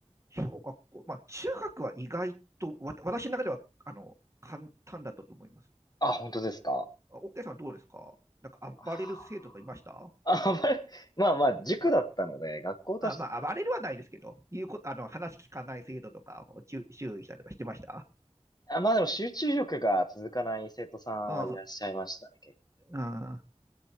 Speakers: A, on the right; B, on the left.
A: 小学校、まあ、中学は意外と、わ私の中では、あの、簡単だったと思います。
B: あ、本当ですか。
A: おオッケーさんはどうですかなんか暴れる生徒とかいました
B: あー、あまり、まあまあ、塾だったので、
A: ま
B: 学校として、
A: あ、まあ、暴れるはないですけど、いうことあの、話聞かない生徒とかを注意したりとかしてました
B: あ、まあでも集中力が続かない生徒さんはいらっしゃいましたね。
A: うん。
B: 結構
A: うん